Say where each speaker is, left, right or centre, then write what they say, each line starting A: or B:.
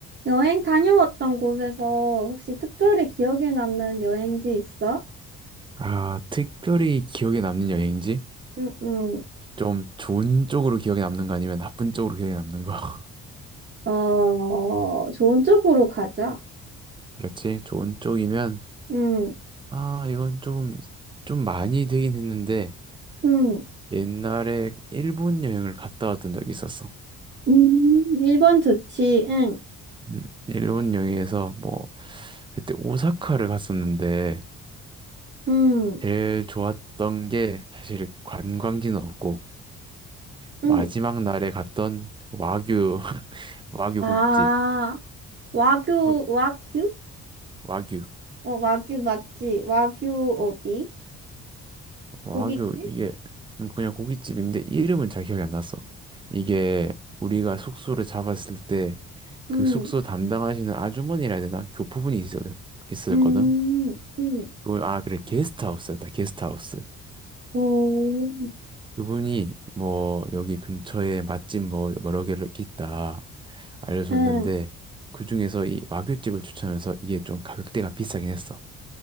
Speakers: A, on the right (about 35°); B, on the right (about 15°).
A: 여행 다녀왔던 곳에서 혹시 특별히 기억에 남는 여행지 있어?
B: 아, 특별히 기억에 남는 여행지?
A: 응, 응,
B: 좀 좋은 쪽으로 기억에 남는 거 아니면 나쁜 쪽으로 기억에 남는 거? <laughs>
A: 어, 좋은 쪽으로 가자.
B: 그렇지? 좋은 쪽이면,
A: 응,
B: 아, 이건 좀, 좀 많이 되긴 했는데,
A: 응,
B: 옛날에 일본 여행을 갔다 왔던 적이 있었어.
A: 음, 일본 좋지, 응.
B: 음, 일본 여행에서 뭐, 그때 오사카를 갔었는데,
A: 응,
B: 제일 좋았던 게 사실 관광지는 없고, 마지막
A: 응.
B: 날에 갔던 와규, <laughs> 와규
A: 아,
B: 고깃집.
A: 와규,
B: 거-
A: 와규?
B: 와규.
A: 어, 와규 맞지? 와규 어디?
B: 와규
A: 고깃집?
B: 이게 음, 그냥 고깃집인데 이름은 잘 기억이 안 났어. 이게 우리가 숙소를 잡았을 때
A: 응,
B: 그 숙소 담당하시는 아주머니라 해야 되나? 교포분이 있었, 있었거든.
A: 응, 응.
B: 그걸 아 그래 게스트하우스였다. 게스트하우스.
A: 오,
B: 그분이 뭐 여기 근처에 맛집 뭐 여러 개를 이렇게 있다 알려줬는데
A: 응.
B: 그 중에서 이 와규집을 추천하면서 이게 좀 가격대가 비싸긴 했어.